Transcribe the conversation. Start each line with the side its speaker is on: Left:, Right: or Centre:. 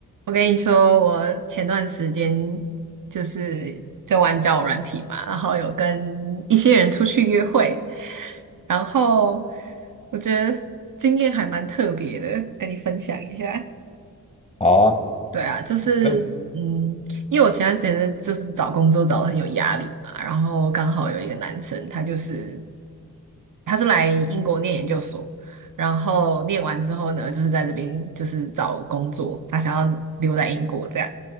Right: 我跟你说，我前段时间就是就玩交友软体嘛，然后有跟一些人出去约会，然后我觉得经验还蛮特别的，跟你分享一下。
Left: 好啊，
Right: 对啊，就是嗯，
Left: 跟
Right: 因为我前段时间就是找工作找的很有压力嘛，然后刚好有一个男生，他就是。他是来英国念研究所，然后念完之后呢，就是在这边就是找工作，他想要留在英国这样。